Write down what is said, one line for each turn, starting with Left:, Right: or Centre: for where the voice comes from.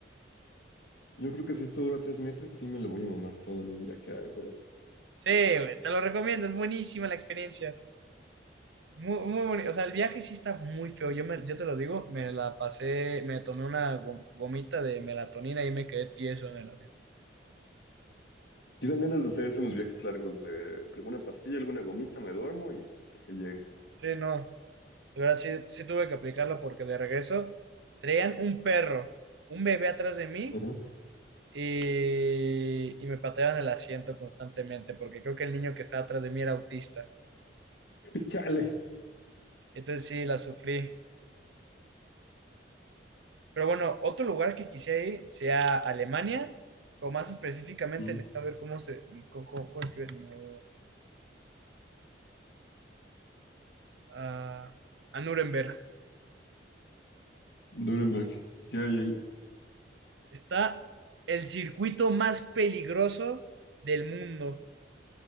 Left: Yo creo que si esto dura tres meses, sí me lo voy a mamar todo en un viaje a Europa.
Right: Sí, güey, te lo recomiendo, es buenísima la experiencia. Muy, muy bonito. O sea, el viaje sí está muy feo. Yo, me, yo te lo digo, me la pasé, me tomé una go- gomita de melatonina y me quedé tieso en el avión.
Left: Sí dan ganas de hacer eso en los viajes largos de alguna pastilla, alguna gomita, me duermo y hasta que llegue.
Right: Sí, no. De verdad, sí, sí tuve que aplicarla porque de regreso traían un perro, un bebé atrás de mí
Left: Ajá.
Right: y, y me pateaban el asiento constantemente porque creo que el niño que estaba atrás de mí era autista.
Left: <laughs> Chale.
Right: Entonces sí, la sufrí. Pero bueno, otro lugar que quisiera ir sea Alemania, o más específicamente,
Left: Mm.
Right: necesito ver cómo se... cómo- cómo- cómo escribe- no. a, a Nuremberg.
Left: Nuremberg, ¿qué hay ahí?
Right: Está el circuito más peligroso del mundo.